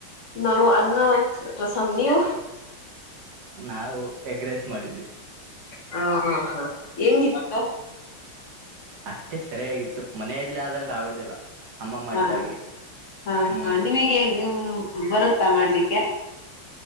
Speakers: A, on the left (about 55°); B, on the right (about 65°).
A: ನಾವು ಅನ್ನ ರಸಂ ನೀವು
B: ನಾವು ಎಗ್ರೆಸ್ ಮಾಡಿದವಿ.
A: ಹಾ ಹಾ ಹಾ ಹೆಂಗಿತ್ತು.
B: ಅಷ್ಟೇ ಸರಿಯಾಗಿತ್ತು ಮನೆಯಲ್ಲಿ ಆದಂಗಗೆ ಆಗೋದಿಲ್ಲ. ಅಮ್ಮ ಮಾಡಿದ
A: ಹಾ
B: ಹಾಗೆ
A: ಹಾ
B: ಹ್ಮ್
A: ಹಾ ನಿಮಗೆ ಬರುತ್ತಾ ಮಾಡ್ಲಿಕ್ಕೆ.